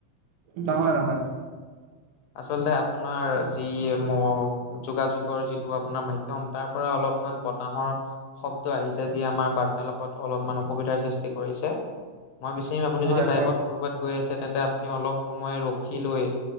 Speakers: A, on the right; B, on the left.
A: নহয়, নহয়।
B: আচলতে আপোনাৰ যি মোৰ যোগাযোগৰ যিটো আপোনাৰ মাধ্য ম তাৰ পৰা অলপমান বতাহৰ শব্দ আহিছে। যি আমাৰ বাৰ্তালাপত অলপমান অসুবিধাৰ সৃষ্টি কৰিছে। মই বিচাৰিম আপুনি
A: হয়
B: যদি বাইকত
A: বৰ
B: ক'ৰবাত গৈ আছে, তেন্তে আপুনি অলপ সময় ৰখি লৈ